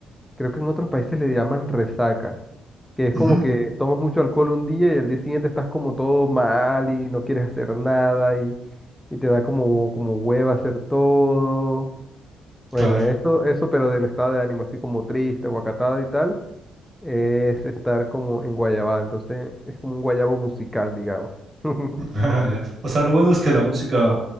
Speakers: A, in the centre; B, on the right.
A: creo que en otros países le llaman resaca, que es como
B: Ujú.
A: que tomas mucho alcohol un día y al día siguiente estás como todo mal y no quieres hacer nada y, y te da como, como hueva hacer todo. Bueno,
B: Claro,
A: eso, eso, pero del estado de ánimo, así como triste, guacatado y tal, es estar como en guayabada. Entonces es como un guayabo musical, digamos. <laughs>
B: <laughs> ah, ya. O sea, lo bueno es que la música